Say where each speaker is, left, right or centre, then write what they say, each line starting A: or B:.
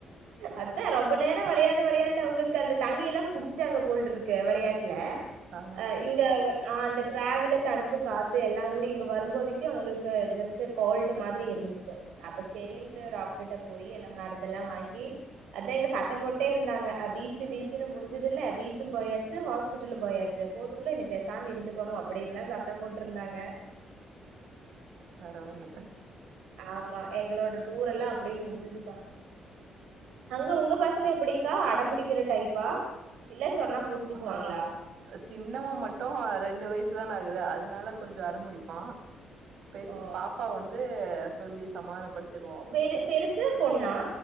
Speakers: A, on the right (about 85°); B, on the right (about 70°).
A: அதா ரொம்ப நேரம் விளையாண்டு விளையாண்டு அவங்களுக்கு அந்த தண்ணி எல்லா குடிச்சுட்டாங்க போல்ருக்கு வளையாட்டுல
B: ஆ
A: அ இங்க வ ஆ அந்த டிராவலே தனப்பு காத்து எல்லா கூடி இங்க வரும்போதைக்கு அவங்களுக்கு ஜஸ்ட்டு கோல்டு மாதிரி இருக் துசு அப்ப ஷேரிண்ட்டு ரட போய் எல்லா மருந்தெல்லாம் வாங்கி அதா இங்க சத்த போட்டே இருந்தாங்க பீச்சு பீச்சுனு முடிஞ்சதுல ல பீச்சும் போயாச்சு ஹாஸ்பிட்டலும் போயாச்சு சு போதுல இனி பேசாம இருந்துக்கணும் அப்படின்னுல்லாம் சத்தம் போட்ருந்தாங்க
B: பரவாயில்
A: ஆமா எங்களோட டூர் எல்லாம் அப்டி முடிஞ்சுதுக்கா அங்க உங்க பசங்க எப்படிக்கா அடம்புடிக்கிற டைப்பா இல்ல சொன்னா புரிஞ்சுக்குவாங்களா
B: ஆ சின்னவ மட்டு ரெண்டு வயசு தானே ஆகுது அதனால கொஞ்சோ அடம்பிடிப்பா பெரிய
A: ஆ
B: பாப்பா வந்து சொல்லி சமாதான படுத்திருவோம்
A: பெரு பெருசு பொண்ணா